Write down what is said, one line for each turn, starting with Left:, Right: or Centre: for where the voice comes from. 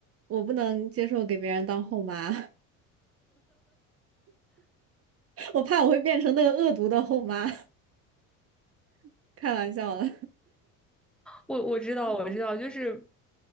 Right: 我不能接受给别人当后妈，<laughs> 我怕我会变成那个恶毒的后妈，<laughs> 开玩笑了。
Centre: 我我知道，我知道，就是